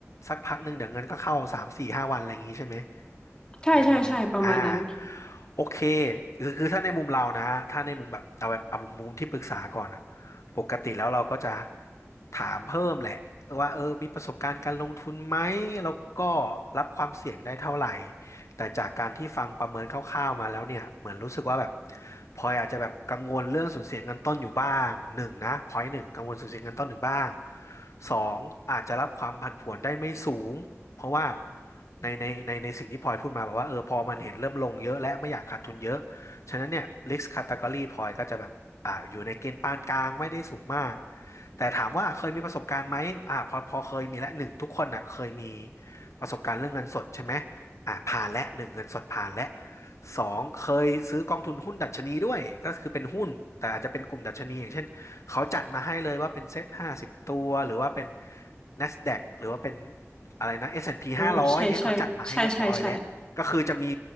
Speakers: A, on the left; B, on the left.
A: สักพักหนึ่งเดี๋ยวเงินก็เข้าสามสี่ห้าวันอะไรอย่างงี้ใช่ไหม
B: ใช่ใช่ใช่ประมาณนั้น
A: แนวนี้ไหมอ่า โอเคคือคือถ้าในมุมเรานะถ้าในมุมแบบเอาแบบเอามุมที่ปรึกษาก่อนอะปกติแล้วเราก็จะถามเพิ่มแหละว่าเออมีประสบการณ์การลงทุนไหมแล้วก็รับความเสี่ยงได้เท่าไหร่ แต่จากการที่ฟังประเมินคร่าวๆมาแล้วเนี่ยเหมือนรู้สึกว่าแบบพลอยอาจจะแบบกังวลเรื่องสูญเสียเงินต้นอยู่บ้างหนึ่งนะพอยหนึ่งกังวลสูญเสียเงินต้นหนึ่งบ้าง สองอาจจะรับความผันผวนได้ไม่สูงเพราะว่าในในในในสิ่งที่พลอยพูดมาแบบว่าเออพอมันเห็นเริ่มลงเยอะและไม่อยากขาดทุนเยอะฉะนั้นเนี่ย risk category พลอยก็จะแบบอ่าอยู่ในเกณฑ์ปานกลางไม่ได้สูงมากแต่ถามว่าเคยมีประสบการณ์ไหมอ่าพอพอเคยมีและหนึ่งทุกคนอ่ะเคยมีประสบการณ์เรื่องเงินสดใช่ไหมอ่าผ่านและหนึ่งเงินสดผ่านและสองเคยซื้อกองทุนหุ้นดัชนีด้วยก็คือเป็นหุ้นแต่อาจจะเป็นกลุ่มดัชนีอย่างเช่น เขาจัดมาให้เลยว่าเป็นเซ็ตห้าสิบตัวหรือว่าเป็น NASDAQ หรือว่าเป็นอะไรนะ S&P
B: อ่าใช่ใช่ใช่ใช่ใช่
A: 500อนด์พีห้าร้อยอย่างเงี้ยเขาจัดมาให้เรียบร้อยแล้วก็คือจะมี